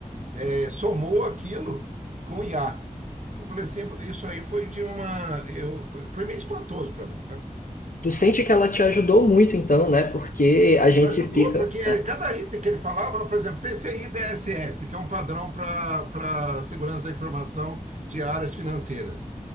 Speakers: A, on the right; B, on the left.
A: eh, somou aquilo com o IA. Eu falei assim: Isso aí foi de uma. Eu, foi meio espantoso para mim, tá?
B: Tu sente que ela te ajudou muito, então, né? Porque
A: Ju-
B: a gente
A: Ajudou,
B: fica.
A: porque
B: né?
A: cada item que ele falava, por exemplo, PCI DSS, que é um padrão para para segurança da informação de áreas financeiras.